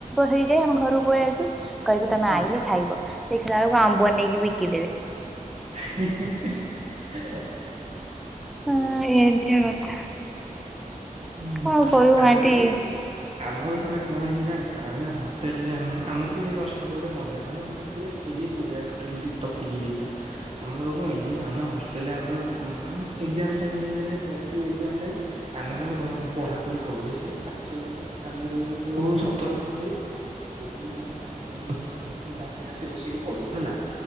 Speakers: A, in the centre; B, on the right.
A: ହେଇଯାଏ ଆମ ଘରକୁ ପଳେଇ ଆସୁ କହିବେ ତମେ
B: ହଁ
A: ଆଇଲେ ଖାଇବ ଦେଖିଲା ବେଳକୁ ଆମ୍ବୁ ନେଇକି ବିକିଦେବେ।
B: <unintelligible>
A: ହଁ ଏମିତିିଆ କଥା।
B: ହୁଁ
A: କଣ କହିବୁ
B: ଆଉ
A: ଆଣ୍ଟି
B: ମୋର ଆମର ଥରେ କଣ ହେଇଚି ଜାଣିଚ ଆମେ ହଷ୍ଟେଲରେ ଆମ ଆମର ବି ସେଇ ହଷ୍ଟେଲରେ ଗୋଟେ ମଜା ମାନେ ପୁରା ସିରିଅସ୍ ଭଳିଆ ଟୋଟାଲି ଟିକ ଟପିକ୍ ହେଇଯାଇଥିଲା, ଆମର କଣ ହେଇଚି ଆମେ ହଷ୍ଟେଲରେ ଆମର ଆମ୍ ଏକଜାମ୍ ଟାଇମ୍ ହେଇଗଲାଣି ପ୍ଲସ୍ ଟୁ ଏକଜାମ୍ ଟାଇମ୍ ଆମେ
A: ହୁଁ
B: ଆମର ପଢାପଢି କରୁ ବେଶୀ ନାଇ ପାଞ୍ଚ ଜଣ ଆମେ ରୁ ସତର ଜଣ ଭଳିଆ।
A: ହୁଁ
B: ଟୋଟାଲି ଆମେ ପାଞ୍ଚ ଜଣ ପିଲା ଆମେଟା ବାହାରେ ଆସି ବସିକି ପଢ଼ୁ ହେଲା।